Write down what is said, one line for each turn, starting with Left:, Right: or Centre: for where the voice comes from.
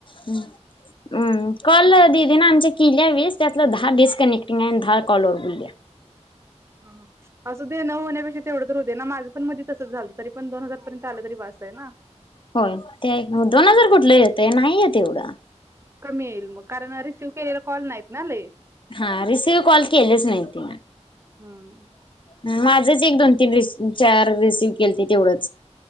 Left: हम्म हम् कॉल ददी ना आमच्या किल्या वीस त्यातलं दहा डिस्कनेक्टिंग आहे आणि दहा कॉलवरर बुोलल्या
Right: हा असं दे न होण्यापेक्षा तेवढं तर होते ना माझं पण मी तसंच झालं तरी पण दोन हजार पर्यंत आलं तरी वाासत आहे ना
Left: होय ते मग दोन हजार कुठलं येतं नाही येत एवढं
Right: कमी येईल मग कारण रिसीव्ह केलेला कॉल नाहीत ना ल
Left: हा रिसिव्ह कॉल केलेच नाही ति
Right: हम्म.
Left: म माझंच एक दोन तीन रस चार रिसिव्ह केल ते तेवढंच